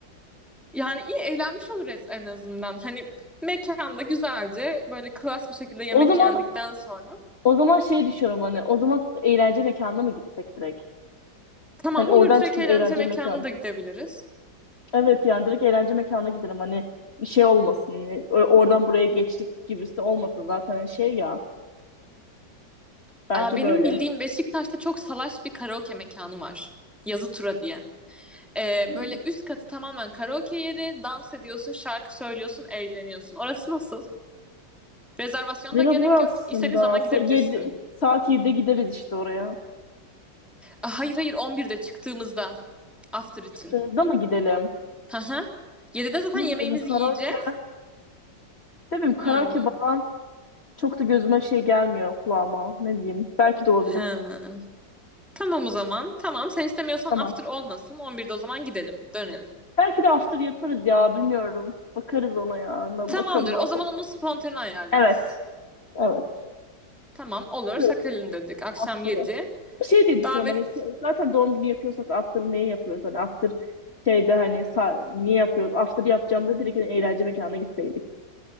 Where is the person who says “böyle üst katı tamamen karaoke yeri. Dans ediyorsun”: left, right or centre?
Centre